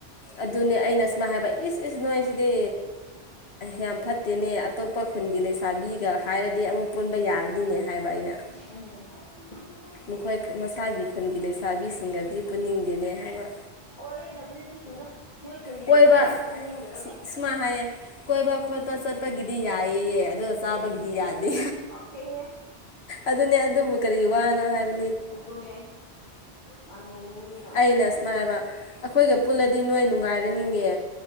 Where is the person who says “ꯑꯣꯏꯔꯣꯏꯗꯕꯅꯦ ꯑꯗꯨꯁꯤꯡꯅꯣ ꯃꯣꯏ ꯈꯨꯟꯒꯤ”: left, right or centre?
Left